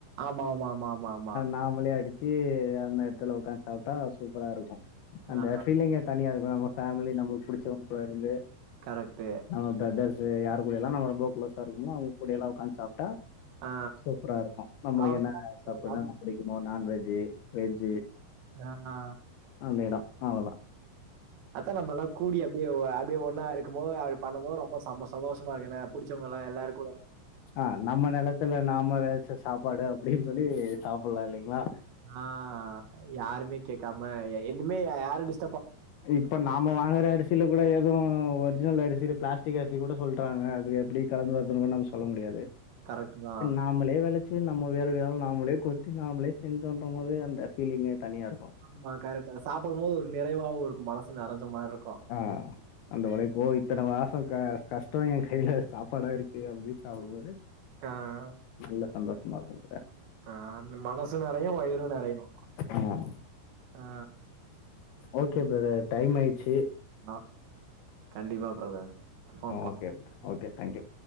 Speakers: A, on the right (about 70°); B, on the left (about 70°).
A: ஆமாம்மாம்மாம்மாம்மா
B: நாமளே அடிச்சி அந்த எடத்துல ஒக்காந்து சாப்ட்டா சூப்பரா இருக்கு
A: அதான்
B: அந்த ஃபீலிங்கே தனியா இருக்கு நம்ம ஃபேமிலி நம்மளுக்கு புடிச்சவ்ங்க கூட இருந்து
A: கரெக்ட்டு.
B: நம்ம பிரதர்ஸ்ு யார கூட எல்லாம் நம்ம நம்ம பிரதர்ஸ்சு யார் கூடைலா நம்ம ரொம்ப க்ளோஸா இருக்கமோ அவுங் கூடைல்லா ஒக்காந்து சாப்ட்டா
A: ஆ
B: சூப்பரா இருக்கு நம்மளுக்கு
A: அவங்கலாம்
B: என்னென்ன சாப்புட
A: ஆமா.
B: புடிக்குமோ நான்வெஜ்ஜு வெஜ்ஜு
A: ஏனா
B: அந்த எடோ அவ்ளதா
A: அதா நம்மெல்லா கூடி அப்டியே அப்டியே ஒன்னா இருக்கும்போது அது பண்ணும்போது ரொம்ப சந்தோஷ சந்தோஷமா இருக்கு ஏனா புடிச்சவ்ங்கள்லா எல்லாரு
B: ஆ நம்ம நெலத்துல நாம வெதச்ச சாப்பாடு அப்டின் சொல்லி சாப்புட்லா இல்லைங்ளா
A: ஆ யாருமே கேக்காம எ இன்னிமே யாரடிச்
B: இப்ப நா நம்ம வாங்குற அரிசில கூட எது ஒர்ஜினல் அரிசில பிளாஸ்டிக் அரிசி கூட சொல்றாங்க அது எப்டி கலந்து வருதுனு நம்ம சொல்ல முடியாது
A: கரெக்ட்டுதா
B: நம்பளே வெளச்சி நம்ம வேலை ஆளு நாமளே கொட்டி நாமளே செஞ்சோன்ற போதே அந்த ஃபீலிங்கே தனியா இருக்கு
A: ஆமா கரெக்ட்டுதா சாப்டும்போது ஒரு நிறைவாவு இருக்கு மனசு நெறஞ்ச மார்ருக்கு
B: ஆ அந்த ஒழைப்போ <unintelligible> இத்தன மாச க கஷ்ட எ கைல சாப்பாடா இருக்கு அப்டின் சாப்டும்போது
A: ஆ.
B: நல்ல சந்தோஷமா இருக்கும்ல
A: ஆ அந்த மனசு நெறையு வயிறு நெறையனு
B: ஆ
A: ஆ
B: ஓகே ப்ரதர் டைம் ஆயிட்ச்சு
A: அ கண்டிப்பா பிரதர் கன்பாஃர்ம் ப
B: ஓகே ஓகே தேங்க்யூ